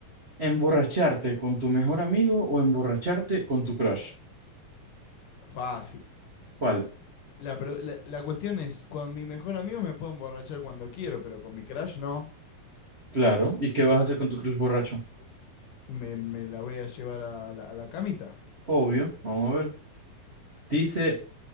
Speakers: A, on the right; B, on the left.
A: ¿Emborracharte con tu mejor amigo o emborracharte con tu crush?
B: Fácil.
A: ¿Cuál?
B: La, pre- la- la cuestión es, con mi mejor amigo me puedo emborrachar cuando quiero, pero con mi crush no.
A: Claro. ¿Y qué vas a hacer con tu crush borracho?
B: Me, me la voy a llevar a la, a la camita.
A: Obvio, vamos a ver. Dice